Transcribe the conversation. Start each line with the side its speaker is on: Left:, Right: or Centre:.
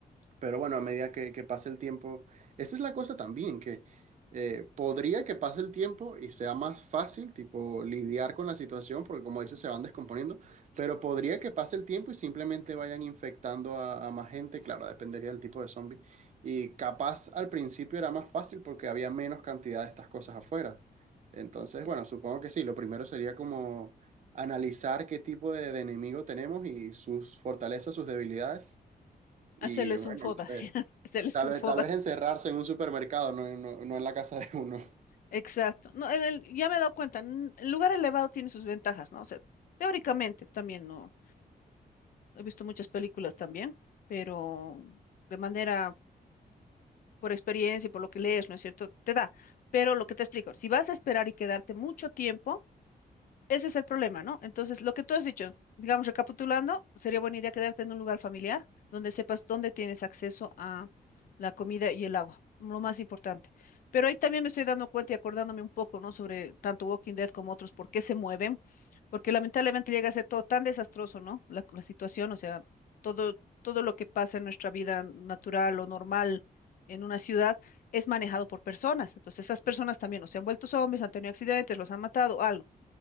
Right: pero bueno, a medida que, que pase el tiempo, esa es la cosa también, que eh, podría que pase el tiempo y sea más fácil, tipo, lidiar con la situación, porque como dices, se van descomponiendo, pero podría que pase el tiempo y simplemente vayan infectando a, a más gente, claro, dependería del tipo de zombie. Y capaz al principio era más fácil porque había menos cantidad de estas cosas afuera. Entonces, bueno, supongo que sí, lo primero sería como analizar qué tipo de, de enemigo tenemos y sus fortalezas, sus debilidades. Y
Left: Hacerles
Right: bueno,
Left: un foda,
Right: no sé.
Left: <laughs> hacerles
Right: Tal
Left: un
Right: vez,
Left: foda,
Right: tal vez encerrarse en un supermercado, no, no, no en la casa de uno.
Left: exacto. No, en el- ya me he dado cuenta, n- el lugar elevado tiene sus ventajas, ¿no? O sea, teóricamente también, ¿no? He visto muchas películas también, pero de manera, por experiencia y por lo que lees, ¿no es cierto? Te da, pero lo que te explico, si vas a esperar y quedarte mucho tiempo, Ese es el problema, ¿no? Entonces, lo que tú has dicho, digamos, recapitulando, sería buena idea quedarte en un lugar familiar donde sepas dónde tienes acceso a la comida y el agua, lo más importante. Pero ahí también me estoy dando cuenta y acordándome un poco, ¿no? Sobre tanto Walking Dead como otros, por qué se mueven, porque lamentablemente llega a ser todo tan desastroso, ¿no? La, la situación, o sea, todo, todo lo que pasa en nuestra vida natural o normal en una ciudad es manejado por personas. Entonces, esas personas también o se han vuelto zombies, han tenido accidentes, los han matado, algo.